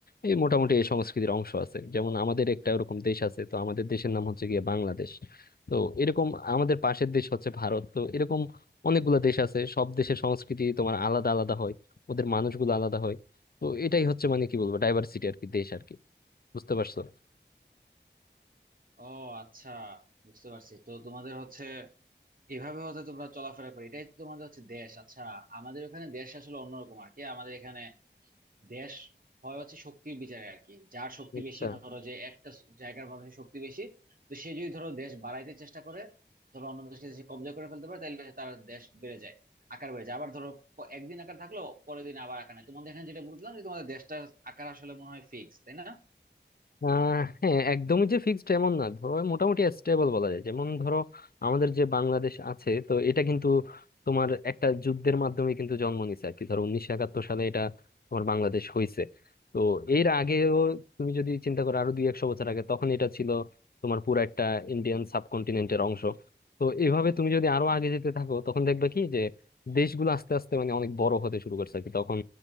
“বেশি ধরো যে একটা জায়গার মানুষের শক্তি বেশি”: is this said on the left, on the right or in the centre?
Right